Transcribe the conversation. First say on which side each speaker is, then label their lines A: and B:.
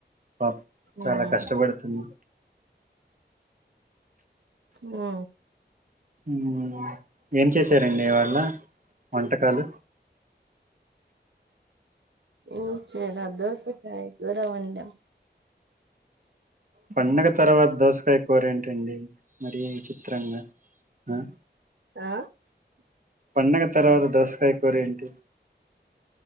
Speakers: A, on the right (about 45°); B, on the right (about 80°).
A: పాప్ చాలా
B: ఉమ్
A: కష్టపడుతున్నా
B: ఆ
A: మ్మ్ ఏం చేసారండిఇవాళ వంటకాలు
B: హ్మ్మ్ చేే అ దవస క అయ దూరవంట
A: పండగ తర్వాత దోసకాయ కూరేంటండి మరి విచిత్రంగా హా
B: ఆ
A: పండగ తర్వాత దసకాయ కోర ఏంటి